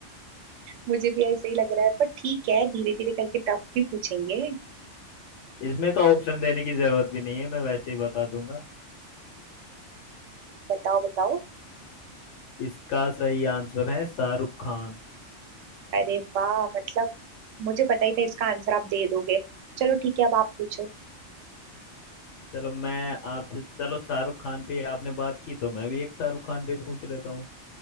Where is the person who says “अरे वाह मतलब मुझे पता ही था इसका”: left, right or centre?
Right